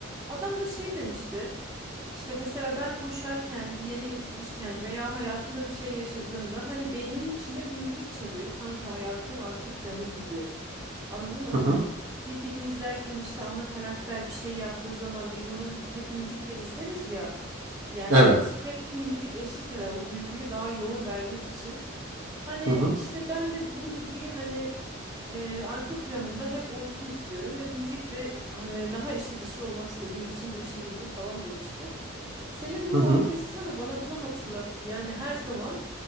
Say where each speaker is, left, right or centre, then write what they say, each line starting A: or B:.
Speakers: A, on the right (about 20°); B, on the right (about 65°).
A: Adam da şey demişti. İşte mesela ben koşarken, bir yere yetişirken veya hayatımda bir şey yaşadığımda hani beynimin içinde bir müzik çalıyor. Sanki hayatımın arka planı gibi. Anladın mı? Hani
B: Hı hı.
A: bir film izlerken işte ana karakter bir şey yaptığı zaman biz onu hep müzikle izleriz ya. Yani
B: Evet.
A: hep bir müzik eşlik eder o duyguyu daha yoğun vermek için. Hani
B: Hı hı.
A: işte ben dedi bu müziği hani Eee, arka planında hep olsun istiyorum ve müzikle eee, daha içli dışlı olmak istediğim için bu işe girdim falan demişti. Senin bu
B: Hı hı.
A: orkestra da bana bunu hatırlattı. Yani her zaman